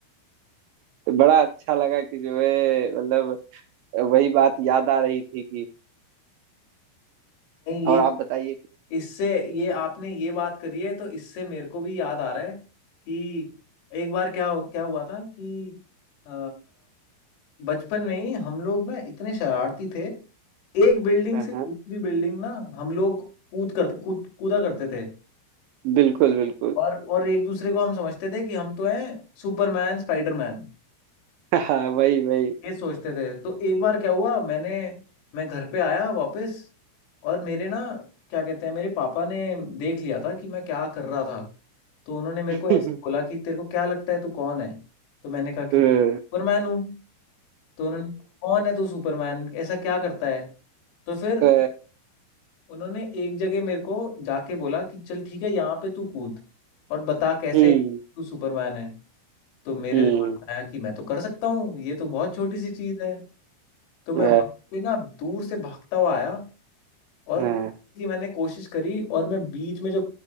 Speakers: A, on the right; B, on the left.
A: बड़ा अच्छा लगा कि जो है मतलब वही बात याद आ रही थी कि
B: ये
A: और आप बताइए कुछ
B: इससे ये आपने ये बात करी है तो इससे मेरे को भी याद आ रहा है कि एक बार क्या क्या हुआ था कि अ, बचपन में ही हम लोग ना इतने शरारती थे एक बिल्डिंग
A: हाँ
B: से दूसरी
A: हाँ
B: बिल्डिंग ना हम लोग कूद कर कूद कूदा करते थे
A: बिल्कुल बिल्कुल
B: और और एक दूसरे को हम समझते थे कि हम तो हैं सुपरमैन स्पाइडरमैन
A: <laughs> हाँ वही वही
B: ये सोचते थे तो एक बार क्या हुआ मैंने मैं घर पे आया वापस और मेरे ना क्या कहते हैं मेरे पापा ने देख लिया था कि मैं क्या कर रहा था तो उन्होंने मेरे
A: <laughs>
B: को ऐसे बोला कि तेरे को क्या लगता है तू कौन है तो मैंने कहा कि
A: अ, अ,
B: मैं सुपरमैन हूँ तो उन्होंने कहा, कौन है तू सुपरमैन ऐसा क्या करता है तो फिर
A: अ,
B: उन्होंने एक जगह मेरे को जाके बोला कि चल ठीक है यहाँ पे तू कूद और बता कैसे
A: हम्म
B: तू सुपरमैन है तो मेरे
A: हम्म
B: दिमाग में आया कि मैं तो कर सकता हूँ ये तो बहुत छोटी सी चीज है तो
A: अ,
B: मैं वहां पे ना दूर से भागता हुआ आया और
A: हाँ,
B: खाने की मैंने कोशिश करी और मैं बीच में जो